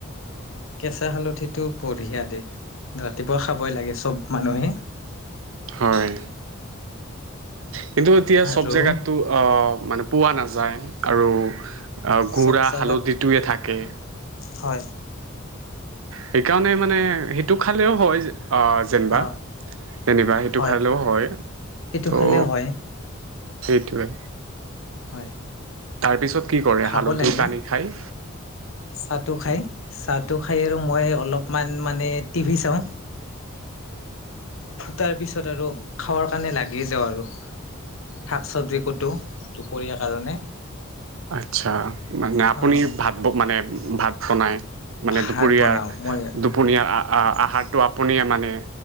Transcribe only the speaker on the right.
হয় কিন্তু এতিয়া
চব জেগাতটো অ মানে পোৱা নাযায় আৰু আহ গুড়া
হালধিটোৱে থাকে
সেইকাৰণে মানে সেইটো খালেও হয়। যেনিবা
যেনিবা সেইটো
খাইেও হয় ত'।
সেইটোৱে।
তাৰ পিছত। কি কৰে
হালধি
পানি খায়।
আচ্ছা মানে আপুনি
ভাত মানে। ভাত বনাই। মানে
দুপৰীয়াৰ
দুপৰীয়াৰ আহ আহাৰ। তো আপুনিয়ে মানে।